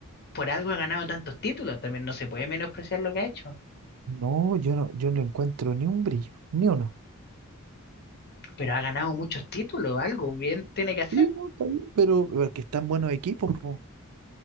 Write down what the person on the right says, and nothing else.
No, yo no, yo no le encuentro ni un brillo, ni uno.
Sí, no, está bien, pero porque están buenos equipos, po,